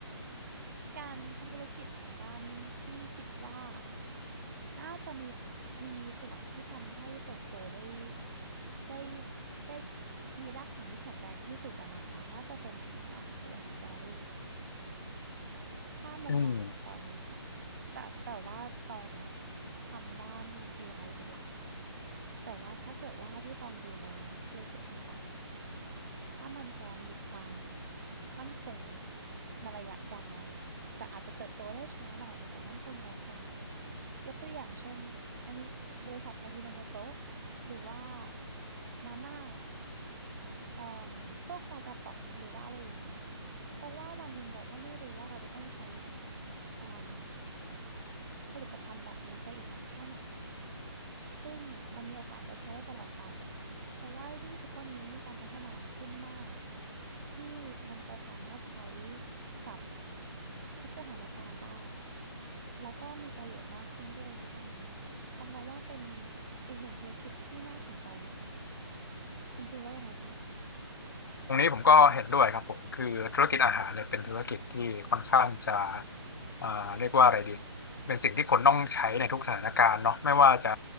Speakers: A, on the right; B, on the left.
A: การทำธุรกิจทางด้านที่คิดว่าน่าจะมีมีส่วนที่ทำให้เติบโตได้ได้ได้มีรากฐานที่แข็งแรงที่สุดอะนะคะน่าจะเป็นทางด้านอาหารหรืออาหารแปรรูปถ้ามุมมองของตองนะคะ
B: อืม
A: แต่แต่ว่าตองอะทำด้าน AI เป็นหลักค่ะ แต่ว่าถ้าเกิดว่าเท่าที่ตองดูมาธุรกิจต่างๆ ถ้ามันจะมีความมั่นคงในระยะยาวแต่อาจจะเติบโตได้ช้าหน่อยแต่มั่นคงในระยะยาวยกตัวอย่างเช่นไอาฮิบริษัทอาฮิโนโมโตะหรือว่ามาม่าเอ่อพวกปลากระป๋องหรือว่าอะไรอย่างเงี้ยค่ะเพราะว่าวันหนึ่งเราก็ไม่รู้ว่าเราจะต้องใช้เอ่มผลิตภัณฑ์แบบนี้ไปอีกนานแค่ไหน ซึ่งมันมีโอกาสจะใช้ได้ตลอดไป เพราะว่ายิ่งทุกวันนี้มีการพัฒนาขึ้นมากที่มันจะสามารถใช้กับทุกสถานการณ์ได้ แล้วก็มีประโยชน์มากขึ้นด้วยในทุกวันนี้ต้องมองว่าเป็นอีกหนึ่งธุรกิจที่น่าสนใจนะคะ คุณฟิลว่ายังไงคะ
B: ตรงนี้ผมก็เห็นด้วยครับผมคือธุรกิจอาหารเนี่ยเป็นธุรกิจที่ค่อนข้างจะอ่าเรียกว่าอะไรดีเป็นสิ่งที่คนต้องใช้ในทุกสถานการณ์เนาะไม่ว่าจะ